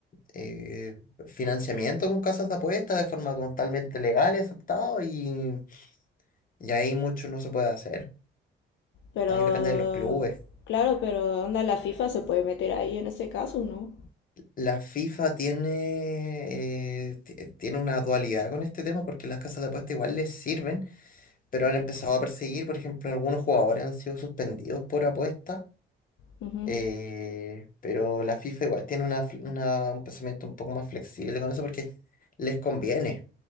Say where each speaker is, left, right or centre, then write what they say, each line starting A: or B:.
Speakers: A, on the left (about 45°); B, on the left (about 70°).
A: eh, financiamiento con casas de apuestas de forma totalmente legal y aceptado, y, y ahí mucho no se puede hacer.
B: Pero,
A: Ahí depende de los clubes.
B: claro, pero onda, la FIFA se puede meter ahí en ese caso, ¿no?
A: La FIFA tiene, eh, ti- tiene una dualidad con este tema porque las casas de apuesta igual les sirven, pero han empezado a perseguir, por ejemplo, algunos jugadores han sido suspendidos por apuesta,
B: Ujú,
A: eh, pero la FIFA igual tiene una, fl- una- un pensamiento un poco más flexible con eso porque les conviene,